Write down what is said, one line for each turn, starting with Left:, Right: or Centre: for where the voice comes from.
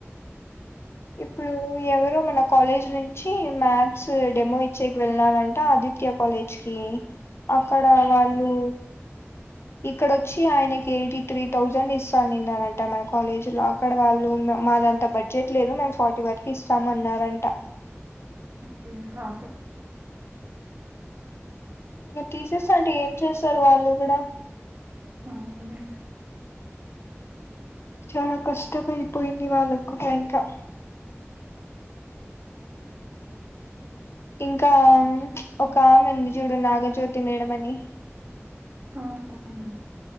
Left: ఇప్పుడు ఎవరు మన కాలేజ్నుంచి మ్యాథ్స్ డెమో ఇచ్చేకి వెళ్నారాట ఆదిత్య కాలేజ్ కి అక్కడ వాళ్ళు ఇక్కడ వచ్చి ఆయనకి ఎయిటీ త్రీ థౌజండ్ ఇస్తాను అనిన్న అనట మన కాలేజీల అక్కడ వాళ్ళు మాదంత బడ్జెట్ లేదు మేము ఫార్టీ వరకు ఇస్తాం అన్నారంట
Right: ఉమ్ ఆ
Left: ఇక తీసేస్తరు అంటే ఏం చేస్తరు వాళ్ళు కూడా
Right: అవునులే
Left: చాలా కష్టమైపోయింది వాళ్ళకు కూడ ఇంక ఇంకా ఉమ్ ఒక ఆమె ఉంది చూడు నాగజ్యోతి మేడం అని
Right: ఆ, అవును.